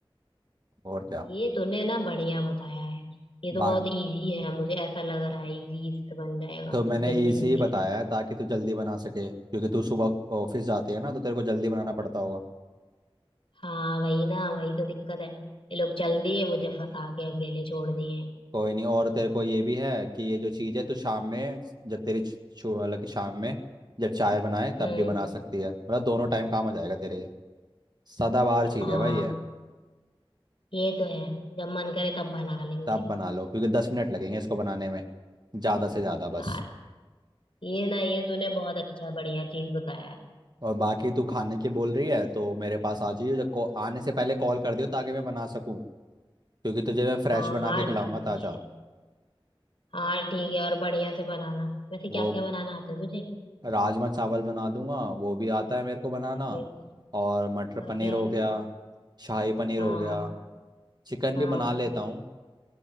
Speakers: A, on the right (about 45°); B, on the left (about 70°).
A: और क्या
B: ये तूने ना बढ़िया बताया है ये तो
A: बाकी
B: बहुत इजी है मुझे ऐसा लग रहा है इजी इससे बन जाएगा
A: तो मैंने
B: जल्दी
A: इजी
B: जल्दी
A: बताया है ताकि तू जल्दी बना सके क्योंकि तू सुबह ऑफिस जाती है ना तो तेरे को जल्दी बनाना पड़ता होगा
B: हाँ वही ना वही तो दिक्कत है ये लोग चल दिए मुझे फंसा के अकेले छोड़ दिए
A: कोई नहीं और तेरे को ये भी है कि ये जो चीज़ है तो शाम में जब तेरी छु- छु- मतलब कि शाम में जब चाय बनाए
B: हम्म
A: तब भी बना सकती है मतलब दोनों टाइम काम आ जाएगा तेरे ये सदाबहार चीज़
B: हाँ
A: है भाई ये
B: ये तो है जब मन करे तब बना लेंगे
A: तब बना लो क्योंकि दस मिनट लगेंगे इसको बनाने में ज़्यादा से ज़्यादा
B: यार
A: बस
B: ये ना ये तूने बहुत अच्छा बढ़िया चीज बताया है
A: और बाकी तू खाने की बोल रही है तो मेरे पास आ जाइयो जब कॉ- आने से पहले कॉल कर दियो ताकि मैं बना सकूँ क्योंकि तुझे मैं फ्रेश
B: हाँ
A: बना
B: हाँ
A: के खिलाऊंगा
B: ठीक
A: ताज़ा
B: है हाँ ठीक है और बढ़िया से बनाना वैसे क्या
A: वो
B: क्या बनाना आता है तुझे
A: राजमा चावल बना दूंगा वो भी आता है मेरे को बनाना
B: अरे वाह
A: और मटर
B: और
A: पनीर
B: क्या
A: हो
B: है
A: गया शाही पनीर
B: हाँ
A: हो गया चिकन
B: हाँ
A: भी बना लेता हूँ